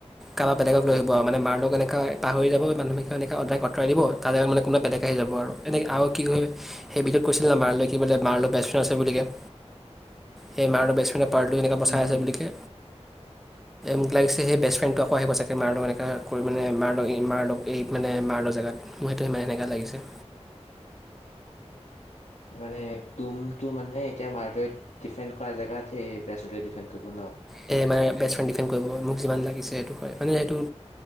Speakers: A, in the centre; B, on the left (about 80°).
A: কাৰোবাৰ বেলেগক লৈ আহিব আৰু মানে মাৰলগ এনেকৈ পাহৰি যাব। মানুহখিকে এনেকৈ ডাইৰেক্ট আঁতৰাই দিব তাৰ জেগাত মানে কোনোবা বেলেগ আহি যাব। আৰু এনেকে আৰু কি হয়। সেই ভিডিঅত কৈছিল না মাৰলৈ কি বোলে মাৰল বেষ্ট ফ্ৰড আছে বুলি কে সেই মাৰল বেষ্টফ্ৰেণ্ড পাৰ্টো এনেকৈ পাৰ্ট লৈ বছাই
B: হম হম
A: আছে। বুলিকে মোক লাগিছে। সেই বেষ্টফ্ৰেণ্ডটো আকৌ আহিব চাগে মাৰলো। এনেকা কৰি মানে মাৰ লগ এই মাৰ লগ এই মানে মাৰ লগ জেগাত মোৰ সেইটো সিমান এনেকুৱা লাগিছে।
B: মানে তুম টো মানে এতিয়া মাৰটোৱে ডিফেণ্ড কৰা জেগাত সেই বছে ডিফেণ্ড কৰিব ন
A: সেই মানে বেষ্ট ফ্ৰেণ্ড ডিফেণ্ড কৰিব মোক যিমান লাগিছে। সেইটো হয়, মানে সেইটো